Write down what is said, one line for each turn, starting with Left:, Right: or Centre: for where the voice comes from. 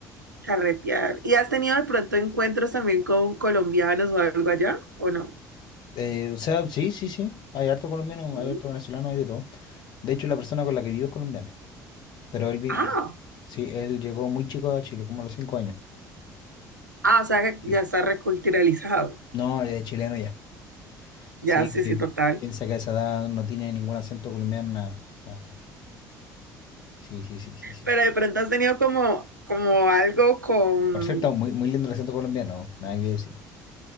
Right: carretear. ¿Y has tenido de pronto encuentros también con colombianos o algo allá, o no?
Left: Eh, o sea, sí, sí, sí, hay harto colombiano,
Right: ¿Mm?
Left: hay harto venezolano, hay de todo. De hecho, la persona con la que vivo es colombiana. Pero él, vi-
Right: Ah,
Left: sí, él llegó muy chico a Chile, como a los cinco años.
Right: ah, o sea, que
Left: Sí.
Right: ya está reculturalizado.
Left: No, es chileno ya.
Right: Ya,
Left: Sí,
Right: sí,
Left: que
Right: sí, total.
Left: piensa que a esa edad no tiene ningún acento colombiano, nada, nada, nada. Sí, sí, sí, sí, sí.
Right: Pero de pronto has tenido como, como algo con,
Left: Por cierto, muy, muy lindo el acento colombiano, nada que decir.